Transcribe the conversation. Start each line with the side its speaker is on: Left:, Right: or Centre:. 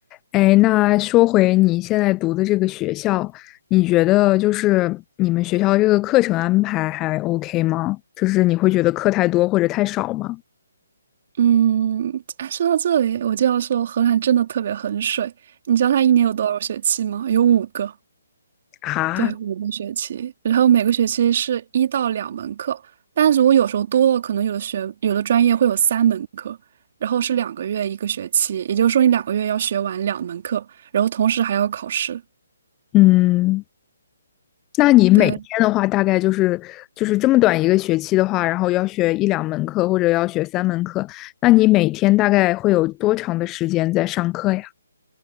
Left: 哎，那说回你现在读的这个学校，你觉得就是你们学校这个课程安排还 OK 吗？就是你会觉得课太多或者太少吗？
Right: 嗯，哎，说到这里，我就要说荷兰真的特别很水。你知道它一年有多少学期吗？有五个，
Left: 啊，
Right: 对，五个学期。然后每个学期是一到两门课，但如果有时候多了，可能有的学有的专业会有三门课，然后是两个月一个学期，也就是说你两个月要学完两门课，然后同时还要考试。
Left: 嗯，那你每天的话，
Right: 对，
Left: 大概就是就是这么短一个学期的话，然后要学一两门课或者要学三门课，那你每天大概会有多长的时间在上课呀？